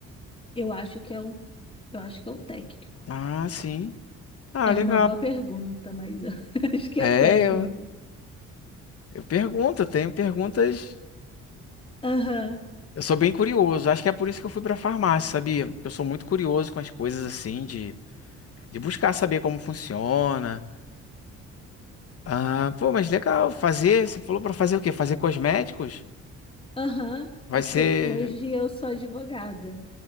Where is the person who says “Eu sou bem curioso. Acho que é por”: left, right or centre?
Left